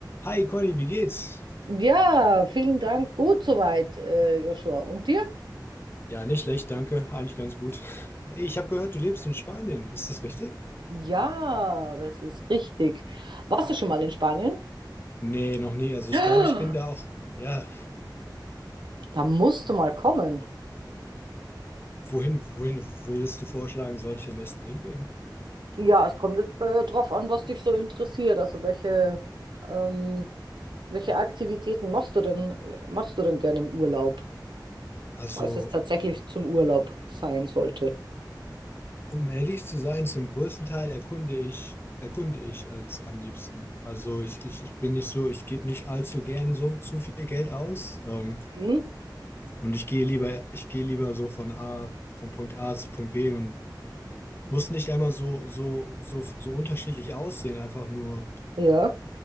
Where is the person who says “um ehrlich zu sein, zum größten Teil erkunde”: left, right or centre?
Left